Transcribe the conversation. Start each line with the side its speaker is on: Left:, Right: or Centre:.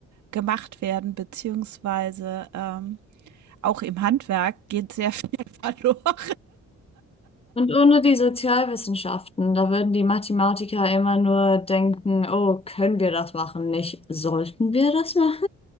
Right: gemacht werden, beziehungsweise ähm, auch im Handwerk geht sehr viel <laughs> verloren.
Left: und ohne die Sozialwissenschaften, da würden die Mathematiker immer nur denken, oh, können wir das machen? Nicht, sollten wir das machen?